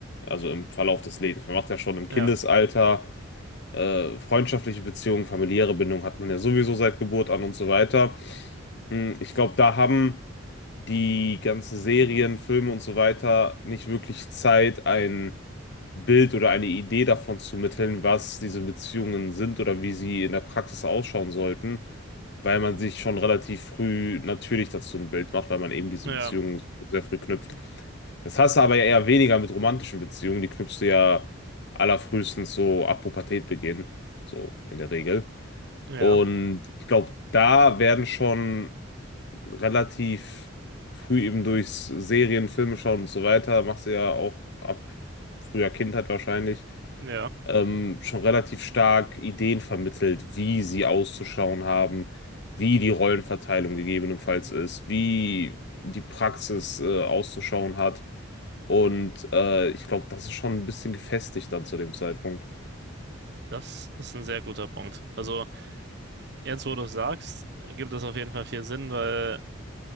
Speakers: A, on the left (about 55°); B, on the right (about 55°).
A: Also im Verlauf des Lebens. Man macht ja schon im Kindesalter
B: Ja,
A: äh, freundschaftliche Beziehungen, familiäre Bindungen hat man ja sowieso seit Geburt an und so weiter. Hm, Ich glaube, da haben die ganzen Serien, Filme und so weiter nicht wirklich Zeit, ein Bild oder eine Idee davon zu mitteln, was diese Beziehungen sind oder wie sie in der Praxis ausschauen sollten weil man sich schon relativ früh natürlich dazu ein Bild macht, weil man eben diese
B: ja,
A: Beziehungen sehr früh knüpft. Das hast du aber ja eher weniger mit romantischen Beziehungen, die knüpfst du ja allerfrühestens so ab Pubertät begehen, so in der Regel.
B: ja,
A: Und ich glaube, da werden schon relativ früh eben durch Serien, Filme schauen und so weiter, machst du ja auch ab früher Kindheit wahrscheinlich,
B: ja.
A: ähm, schon relativ stark Ideen vermittelt, wie sie auszuschauen haben, wie die Rollenverteilung gegebenenfalls ist, wie die Praxis äh, auszuschauen hat. Und äh, ich glaube, das ist schon ein bisschen gefestigt dann zu dem Zeitpunkt.
B: Das ist ein sehr guter Punkt. Also, jetzt, wo du es sagst, gibt es auf jeden Fall viel Sinn, weil